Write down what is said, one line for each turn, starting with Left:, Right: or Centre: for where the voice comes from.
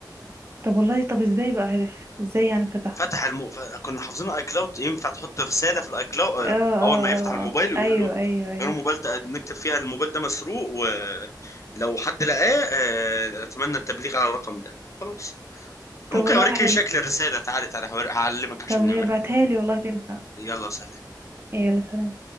Right: طب والله طب ازاي بقى عرف ازاي يعني فتحه
Left: فتح الم... ف... كنا حافظين الاي كلاود ينفع تحط رساله في الاي كلاود
Right: اه اه
Left: اول ما يفتح
Right: اه,
Left: الموبايل
Right: آه.
Left: ويقول
Right: ايوه
Left: له يقول
Right: ايوه ايوه
Left: له الموبايل ده نكتب فيها الموبايل ده مسروق ولو حد لقاه آه، اتمنى التبليغ على الرقم ده خلاص ممكن
Right: طب والله
Left: اوريك
Right: حلو
Left: شكل الرساله تعالي تعالي هوري- هعلمك عشان
Right: طب هي
Left: نعملها
Right: بعتها لي والله تنفع
Left: يلا سهل
Right: يا سلام